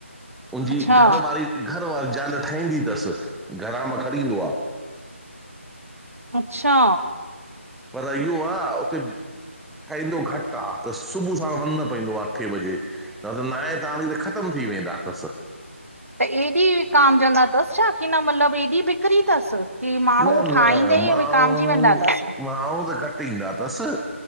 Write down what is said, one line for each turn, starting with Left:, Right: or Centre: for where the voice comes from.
Centre: उंजी
Right: अच्छा
Centre: घरवारी, घरवारी ॼाल ठाईंदी तस, घरा मां खणी ईंदो आ।
Right: अच्छा!
Centre: पर इयूं आ उते ठाईंदो घट आ, त सुबुह सांड़ वञण पैंदो आ अठे बजे। न त नाइ ताणीं त ख़तमु थी वेंदा तसि।
Right: त एॾी विकाम जंदा तसि छा, कि न मतिलबु एॾी ॿिकरी तसि, की माण्हूं
Centre: न
Right: ठाहींदे
Centre: न माण्हू
Right: ई विकामॼी वेंदा तसि।
Centre: माण्हू त घटि ईंदा तसि,